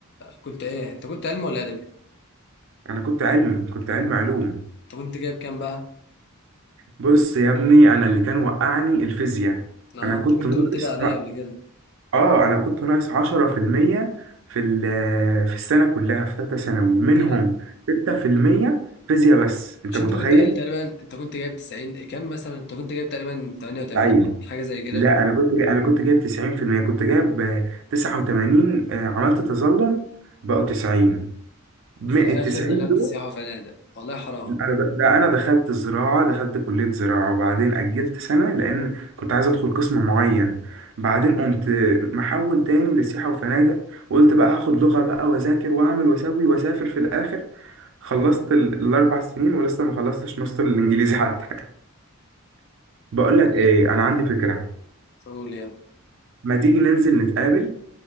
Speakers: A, on the left; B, on the right.
A: كنت ايه انت كنت علم ولا ادبي
B: انا كنت علمي كنت علمي علوم
A: انت كنت جايب كام بقى؟
B: بص يا ابني انا اللي كان وقعني الفيزياء
A: اه
B: انا
A: انت
B: كنت
A: كنت
B: ناقص
A: قلت لي عليها قبل كده
B: اه انا كنت ناقص 10% في المية في ال- في السنه كلها في ثالثه ثانوي منهم
A: يعني
B: 6% فيزياء بس انت
A: مش
B: متخيل
A: انت كنت قايل تقريبا انت كنت جايب 90 إيه كام مثلا انت كنت جايب تقريبا 88
B: تعين
A: حاجه زي كده
B: لا انا كنت جا- انا كنت جايب 90% كنت جايب آه، 89 آه، عملت تظلم بقوا 90 من
A: وفي الاخر
B: ال 90
A: دخلت سياحه وفنادق والله حرام
B: انا د- ده انا دخلت الزراعه دخلت كليه زراعه وبعدين اجلت سنه لان كنت عايز ادخل قسم معين بعدين قمت محول تاني لسياحه وفنادق وقلت بقى هاخد لغه بقى واذاكر واعمل واسوي واسافر في الاخر خلصت ال- الاربع سنين ولسه ما خلصتش نص الانجليزي حتى <laughs> بقول لك
A: لا
B: ايه انا عندي فكره
A: قول يا
B: ما تيجي ننزل نتقابل